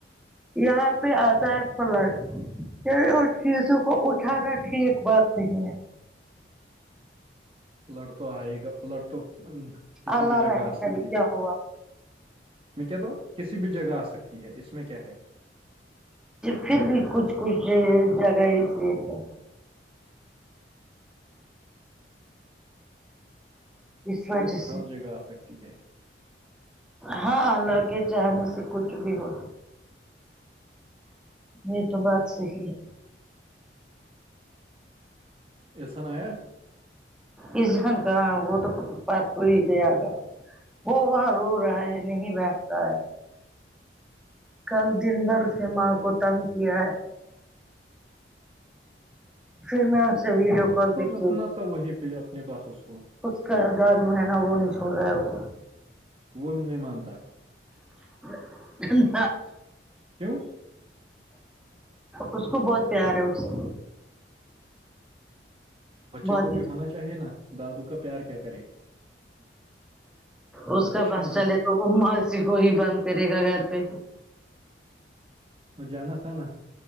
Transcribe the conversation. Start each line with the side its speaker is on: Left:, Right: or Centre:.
Centre: یہاں پہ آتا ہے فلڈ پھر ان چیزوں کو اٹھانا ٹھیک بات نہیں ہے
Right: فلڈ تو آئے گا فلڈ تو کسی
Centre: اللہ
Right: بھی جگہ
Centre: رحم
Right: آ
Centre: کرے
Right: سکتی
Centre: کیا
Right: ہے
Centre: ہوا
Right: میں کہتا ہوں کسی بھی جگہ آ سکتی ہے اس میں کیا ہے
Centre: پھر بھی کچھ کچھ جگہ سیف ہے اس وجہ
Right: مطلب
Centre: سے
Right: ہر جگہ آ سکتی ہے
Centre: ہاں اللہ کے چاہنے سے کچھ بھی ہو یہ تو بات صحیح ہے
Right: احسن آیا
Centre: احسن کہاں وہ تو <unintelligible> ہو ہی گیا گا وہ وہاں رو رہا ہے نہیں بیٹھ رہا ہے کل دن بھر اس نے ماں کو تنگ کیا ہے پھر میں اسے ویڈیو کال
Right: تو
Centre: پہ
Right: رسنا
Centre: کھیل
Right: تھا وہی پہ اپنے پاس اس کو
Centre: اس کا دادو ہے نا وہ نہیں چھوڑ رہا ہے اس
Right: وہ نہیں مانتا ہے
Centre: <unintelligible>
Right: کیوں
Centre: اس کو بہت پیار ہے اس سے
Right: بچے
Centre: بہت
Right: کو
Centre: ہی
Right: بھی ہونا چاہیے نا دادو کا پیار کیا کرے ہم،
Centre: اس کا
Right: کیا
Centre: بس چلے
Right: بچ-
Centre: تو وہ موسی کو ہی بند کرے گا گھر پہ
Right: اور جانا تھانا